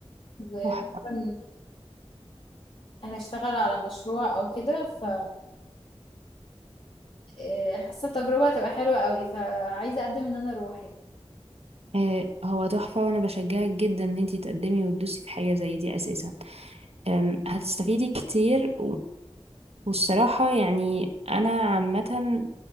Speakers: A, on the left; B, on the right.
A: وغالبا
B: تحفة
A: هنشتغل على مشروع أو كده ف آه، حاسة التجربة هتبقى حلوة قوي فعايزة أقدم إن أنا أروح يعني
B: آه هو تحفة وانا بشجعك جدا ان انتي تقدمي وتدوسي في حاجة زي دي اساسا آم، هتستفيدي كتير والصراحة يعني أنا عامة